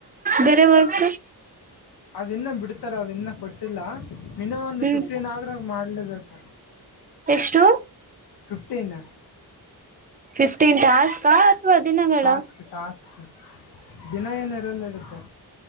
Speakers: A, on the right; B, on the left.
A: ಬೇರೆ ವರ್ಕ್
B: ಅದು ಇನ್ನ ಬಿಡ್ತಾರ ಅದು ಇನ್ನ ಕೊಟ್ಟಿಲ್ಲ ಮಿನಿಮಮ್ ಒಂದು
A: ಹ್ಮ್
B: ಫಿಫ್ಟೀನ್ ಆದ್ರ ಮಾಡ್ಲೇಬೇಕ
A: ಎಷ್ಟು
B: ಫಿಫ್ಟೀನ್
A: ಫಿಫ್ಟೀನ್ ಟಾಸ್ಕ್ ಅಥವಾ ದಿನಗಳ
B: ಟಾಸ್ಕ್ ಟಾಸ್ಕ್ ದಿನ ಏನರಲ್ಲ ಇದಗತ್ತೆ